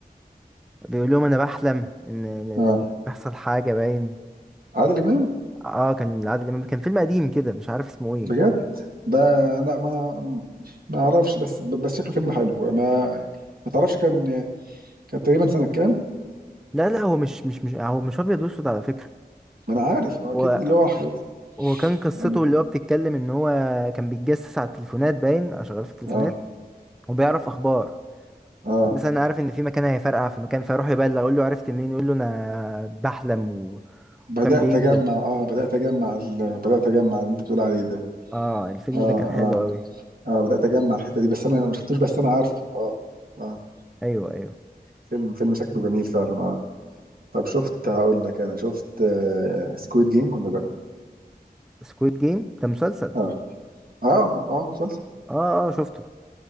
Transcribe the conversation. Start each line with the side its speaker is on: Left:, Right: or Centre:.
Centre: بيقول لهم انا بحلم ان إن-
Right: اه
Centre: إن بيحصل حاجه باين
Right: عادل امام
Centre: اه كان عادل امام كان فيلم قديم كده مش عارف اسمه ايه
Right: بجد ده لا ما ما اعرفش بس بس شكله فيلم حلو ما ما تعرفش كان كان تقريبا سنه كام
Centre: لا لا هو مش مش مش هو مش ابيض واسود على فكره
Right: ما انا عارف آه، اكيد
Centre: هو
Right: اللي هو حاجات
Centre: هو كان قصته
Right: يعني
Centre: اللي هو بتتكلم ان هو كان بيتجسس على التليفونات باين او شغال في التليفونات
Right: اه
Centre: وبيعرف اخبار
Right: اه
Centre: مثلا عارف ان في مكان هيفرقع في مكان فيروح يبلغ يقول له عرفت منين يقول له انا بحلم و...
Right: بدات
Centre: وكان بيكذب
Right: اجمع اه بدات اجمع ال- بدات اجمع اللي انت بتقول عليه ده
Centre: اه الفيلم
Right: اه
Centre: ده
Right: اه
Centre: كان حلو قوي
Right: اه بدأت اجمع الحتة دي بس انا ما شفتوش بس انا عارفه اه اه
Centre: ايوه ايوه
Right: فيلم فيلم شكله جميل فعلا اه طب شفت هقول لك انا شفت آه سكويد جيم ولا لا
Centre: سكويد جيم ده مسلسل
Right: اه اه اه مسلسل
Centre: اه اه شفته